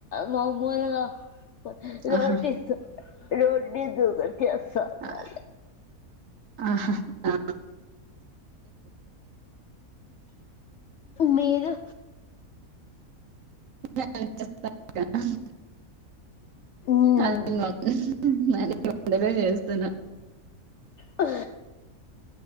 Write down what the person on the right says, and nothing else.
ఆహా
ఆ
ఆహా ఆ
<unintelligible>
అ నొ నేను ఈ వంటలే చేస్తున్నా